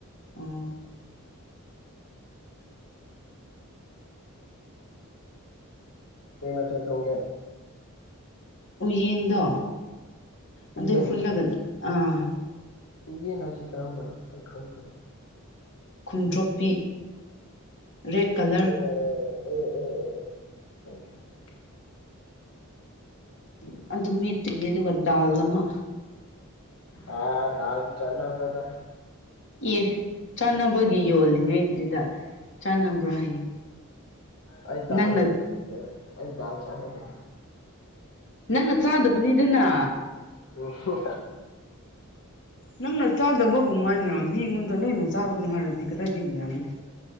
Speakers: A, on the left; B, on the left.
A: ꯑꯥ
B: ꯀꯩ ꯃꯊꯦꯜ ꯊꯣꯡꯒꯦ
A: ꯎꯌꯦꯟꯗꯣ ꯑꯗꯨ
B: ꯎꯌꯦꯟ
A: ꯐꯨꯠꯂꯒꯅꯦ ꯑꯥ
B: ꯎꯌꯦꯟ ꯍꯥꯏꯁꯤ ꯀꯔꯝꯕꯅꯣ ꯑꯩ ꯈꯪꯗꯦ
A: ꯈꯨꯝꯗ꯭ꯔꯣꯛꯄꯤ ꯔꯦꯗ ꯀꯂꯔ
B: ꯑꯦ ꯑꯦ ꯑꯦ ꯑꯦ ꯊꯦꯡꯀꯌꯨ ꯎꯝ
A: ꯑꯗꯨꯝ ꯃꯦꯠꯇꯣꯏꯅꯦ ꯑꯗꯨꯒ ꯗꯥꯜ ꯑꯃ
B: ꯑꯥ ꯕꯒꯥ ꯆꯠꯅꯕꯗ
A: ꯑꯦ ꯆꯥꯅꯕꯒꯤ ꯌꯣꯜꯂꯤꯉꯩꯗꯨꯗ ꯆꯥꯟꯅꯕ꯭ꯔꯥ ꯍꯥꯏꯌꯦ
B: ꯑꯩ ꯗꯥꯜ
A: ꯅꯪꯅ
B: ꯍꯩꯅꯗꯦ ꯑꯩ ꯗꯥꯜ ꯆꯥꯅꯗꯦ
A: ꯅꯪꯅ ꯆꯥꯗꯕꯅꯤꯗꯅ
B: ꯑꯣ
A: ꯅꯪꯅ ꯆꯥꯗꯕꯒꯃꯥꯏꯅ ꯃꯤꯉꯣꯟꯗ ꯂꯣꯏꯅ ꯆꯥꯕꯅꯣ ꯍꯥꯏꯔꯗꯤ ꯀꯗꯥꯏꯗꯒꯤ ꯌꯥꯒꯅꯤꯣ